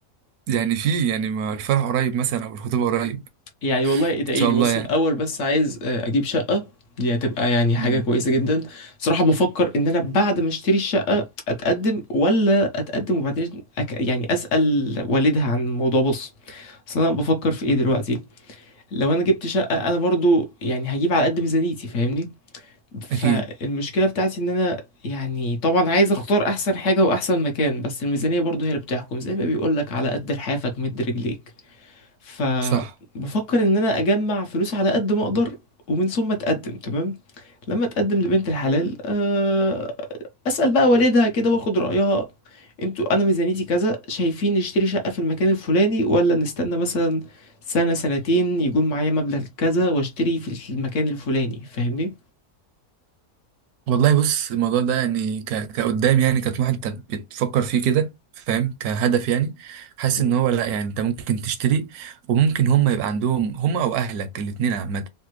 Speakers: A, on the right; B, on the left.
A: يعني في يعني ما الفرح قريب مثلا أو الخطوبة قريب
B: يعني والله ايه ده ايه
A: إن شاء
B: دي
A: الله
B: بص
A: يعني
B: الاول بس عايز آه، اجيب شقه دي هتبقى يعني
A: مم.
B: حاجه كويسه جدا صراحه بفكر ان انا بعد ما اشتري الشقه اتقدم ولا اتقدم وبعدين أك... يعني اسال والدها عن الموضوع بص اصل انا بفكر في ايه دلوقتي لو انا جبت شقه انا برضو يعني هجيب على قد ميزانيتي فاهمني فالمشكله
A: أكيد
B: بتاعتي ان انا يعني طبعا عايز اختار احسن حاجه واحسن مكان بس الميزانيه برضو هي اللي بتحكم زي ما بيقولك على قد لحافك مد رجليك فبفكر
A: صح
B: ان انا اجمع فلوس على قد ما اقدر ومن ثم اتقدم تمام لما اتقدم لبنت الحلال آه، اسال بقى والدها كده واخد رايها انتوا انا ميزانيتي كذا شايفين نشتري شقه في المكان الفلاني ولا نستنى مثلا سنه سنتين يكون معايا مبلغ كذا واشتري في المكان الفلاني فاهمني
A: والله بص الموضوع ده يعني ك... كقدام يعني كطموح انت بتفكر فيه كده فاهم كهدف يعني حاسس
B: مم.
A: ان هو لا يعني انت ممكن تشتري وممكن هم يبقى عندهم هم او اهلك الاتنين عامة